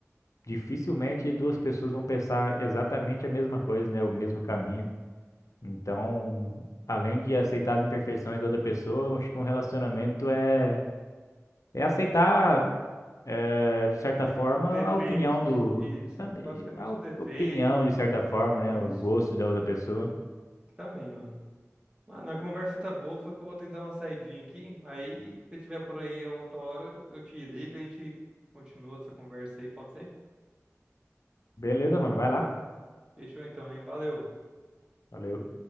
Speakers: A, on the left; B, on the right.
A: dificilmente duas pessoas vão pensar exatamente a mesma coisa, né? O mesmo caminho. Então, além de aceitar as imperfeições da outra pessoa, eu acho que um relacionamento é, é aceitar, eh, de certa forma,
B: Os defeitos,
A: a opinião do.
B: isso,
A: Também,
B: né? Basicamente
A: a op-
B: os defeitos,
A: opinião, de certa
B: sua opinião,
A: forma, né?
B: isso
A: O gosto da outra pessoa.
B: também, mano. Mano, a conversa tá boa, só que eu vou ter que dar uma saidinha aqui. Aí, se tiver por aí a outra hora, eu eu te ligo e a gente continua essa conversa aí, pode ser?
A: Beleza, mano, vai lá.
B: Fechou então, hein? Valeu.
A: Valeu.